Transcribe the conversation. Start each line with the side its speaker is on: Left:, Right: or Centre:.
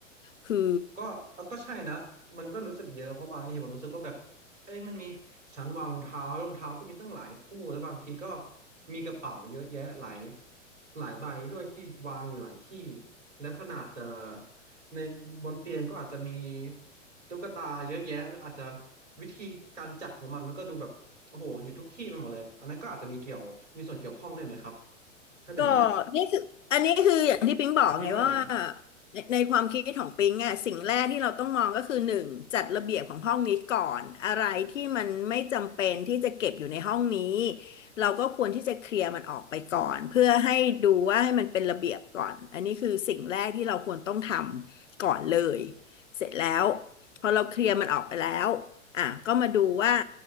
Left: คือ
Right: ก็ก็ใช่นะมันก็รู้สึกเยอะเพราะบางทีผมรู้สึกก็แบบเอ้ยมันมีชั้นวางรองเท้ารองเท้าก็มีตั้งหลายคู่แล้วบางทีก็มีกระเป๋าเยอะแยะหลายหลายใบด้วยที่วางอยู่หลายที่และขนาดเอ่อในบนเตียงก็อาจจะมีตุ๊กตาเยอะแยะแล้วอาจจะวิธีการจัดของมันมันก็ดูแบบโอ้โหอยู่ทุกที่ไปหมดเลยอันนั้นก็อาจจะมีเกี่ยวมีส่วนเกี่ยวข้องด้วยไหมครับถ้าเป็นอย่างเงี้ย
Left: ก็นี่คืออันนี้คืออย่างที่ปิ๊งบอกไงว่า
Right: พี่ว่ายังไง
Left: ในในความคิดของปิ๊งอ่ะสิ่งแรกที่เราต้องมองก็คือหนึ่งจัดระเบียบของห้องนี้ก่อนอะไรที่มันไม่จำเป็นที่จะเก็บอยู่ในห้องนี้เราก็ควรที่จะเคลียร์มันออกไปก่อนเพื่อให้ดูว่าให้มันเป็นระเบียบก่อนอันนี้คือสิ่งแรกที่เราควรต้องทำก่อนเลยเสร็จแล้วพอเราเคลียร์มันออกไปแล้วอ่ะก็มาดูว่า